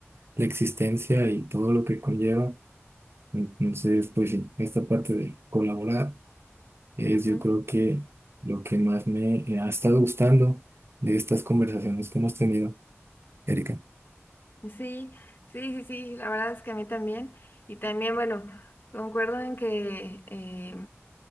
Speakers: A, on the right; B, on the left.
A: la existencia y todo lo que conlleva. Entonces, pues sí, esta parte de colaborar es
B: ujú.
A: yo creo que lo que más me eh, ha estado gustando de estas conversaciones que hemos tenido, Erika.
B: Sí, sí, sí, sí, la verdad es que a mí también. Y también, bueno, concuerdo en que, eh,